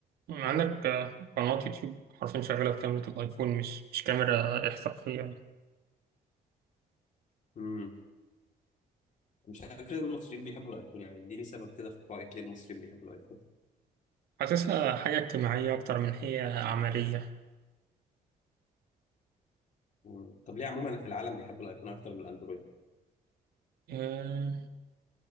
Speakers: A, on the right (about 85°); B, on the left (about 50°).
A: عندك آه، قناة يوتيوب حرفيا شغالة بكاميرا الآيفون مش مش كاميرا احترافية
B: امم مش عارف ليه المصريين بيحبوا الايفون يعني اديني سبب كده في رايك ليه المصريين بيحبوا الايفون
A: حاسسها حاجة اجتماعية أكتر من هي عملية
B: مم. طب ليه عموما في العالم بيحبوا الايفون اكتر من الاندرويد
A: آه،